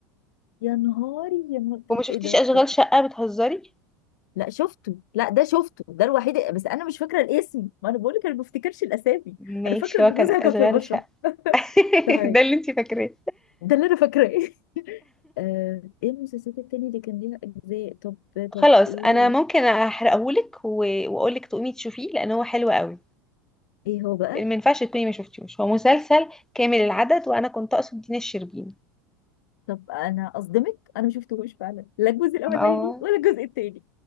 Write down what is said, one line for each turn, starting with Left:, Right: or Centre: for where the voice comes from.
Left: يا نهاري يا نهار
Centre: وما
Left: طب
Centre: شفتيش
Left: ايه ده
Centre: اشغال
Left: طب
Centre: شقه بتهزري
Left: لا شفته لا ده شفته ده الوحيد بس انا مش فاكره الاسم ما انا بقول لك انا ما بفتكرش الاسامي
Centre: ماشي
Left: انا فاكره ان
Centre: هو كان
Left: جوزها
Centre: اشغال
Left: كان في البشره
Centre: شقه <laughs>
Left: <laughs> طيب
Centre: ده اللي انت فاكراه
Left: ده اللي انا فاكراه <laughs> آه، ايه المسلسلات التانية اللي كان ليها اجزاء طب
Centre: خلاص
Left: طب ايه
Centre: انا ممكن احرقهولك و- واقولك تقومي تشوفيه لان هو حلو قوي
Left: ايه هو بقى
Centre: ما ينفعش تكوني ما شفتيهوش هو مسلسل كامل العدد وانا كنت اقصد دينا الشربيني
Left: طب انا اصدمك انا ما شفتهوش فعلا لا الجزء الاولاني
Centre: انا اه
Left: ولا الجزء التاني